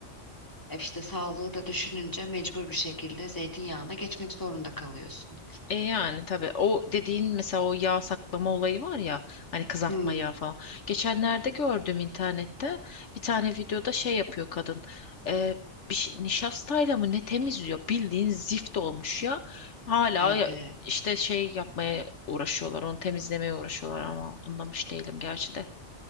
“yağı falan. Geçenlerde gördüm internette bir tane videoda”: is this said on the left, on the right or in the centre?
Left